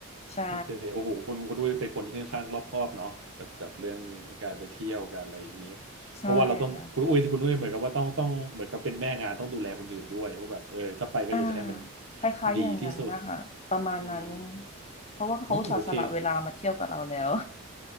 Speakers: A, on the left (about 30°); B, on the right (about 65°).
A: ใช่
B: โอเคโอ้โหคุณคุณด้วยเป็นคนที่ค่อนข้างรอบคอบเนาะกับกับเรื่องการไปเที่ยวการอะไรอย่างเงี้ยเพราะว่าเราต้องคุณอุ้ยคุณอุ้ยเหมือนกับว่าต้องต้องเหมือนกับเป็นแม่งานต้องดูแลคนอื่นด้วยว่าแบบเออถ้าไปก็อยากจะให้มัน
A: ใช่ค่ะอ่าคล้ายๆอย่างนั้นนะคะประมาณนั้น
B: ดีที่สุดอืม
A: เพราะว่าเขาอุตส่าห์สละเวลามาเที่ยวกับเราแล้ว
B: โอ้ยโอเค